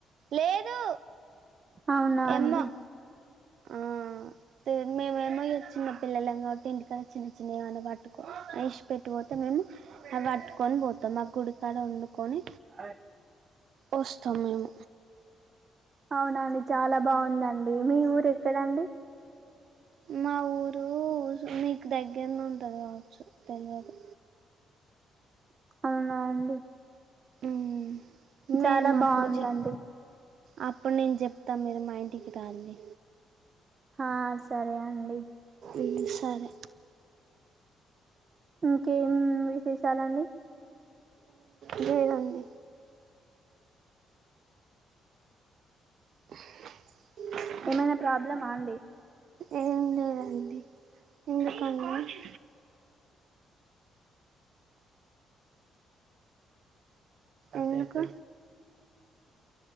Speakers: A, on the right; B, on the right.
A: లేదు
B: అవునా అండీ
A: ఎమ్మో ఆ తే మేము ఏమో ఇగా చిన్న పిల్లల కాబట్టి ఇంటికన్నా చిన్న చిన్న ఏమైనా పట్టుకో ఇశపేటి పోతే మేము, అవి పట్టుకొని పోతాం మా గుడికాడ వండుకొని,
B: ఐ
A: వస్తాం మేము
B: అవునాండి చాలా బాగుందండి మీ ఊరు ఎక్కడండి
A: మా ఊరు సో మీకు దగ్గర ఉంటుంది, కావచ్చు తెలవదు
B: అవునా అండి
A: మ్మ్
B: చాలా
A: మేము అప్పుడు
B: బాగుందండి,
A: చెప్ అప్పుడు నేను చెప్తా మీరు మా ఇంటికి రాలి
B: ఆ సరే అండి
A: ఉ సరే
B: ఇంకేం విశేషాలండి
A: ఇదేనండి <unintelligible>
B: ఏమైనా ప్రాబ్లమా అండి
A: ఏం లేదండి ఎందుకండి ఎందుకు